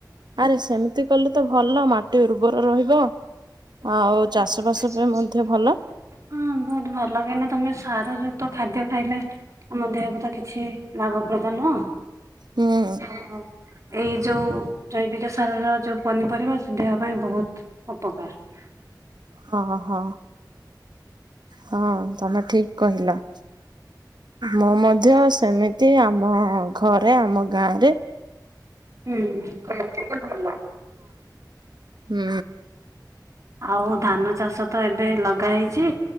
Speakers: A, on the right (about 75°); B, on the right (about 45°).
A: ଆରେ ସେମି ତି କଲେ ତ ଭଲ ମାଟି ଉର୍ବର ରହିବ ଆଉ ଚାଷ
B: ଆଉ
A: ବାସ
B: ଚାଷବାସ
A: ପାଇଁ ମଧ୍ୟ
B: <unintelligible>
A: ଭଲ।
B: ହଁ ବୋହୁତ ଭଲ କାହିଁନା ତମେ ସାରଯୁକ୍ତ ଖାଦ୍ୟ ଖାଇଲେ ଆମ ଦେହକୁ ତ କିଛି ଲାଭପ୍ରଦ ନୁହଁ।
A: ହୁଁ
B: ହଁ ଏଇ ଯୋଉ ଜୈବିକ ସାରର ଯୋଉ ପନିପରିବା ସେ ଦେହ ପାଇଁ ବୋହୁତ ଉପକାର।
A: ହଁ ହଁ ହଁ ତମେ ଠିକ୍ କହିଲ। ମୁଁ ମଧ୍ୟ ସେମିତି ଆମ ଘରେ ଆମ ଗାଁ ରେ
B: ହୁଁ ସେମିତି ହେଲେ ଭଲ।
A: ହୁଁ।
B: ଆଉ ଧାନ ଚାଷ ତ ଏବେ ଲଗା ହେଇଛି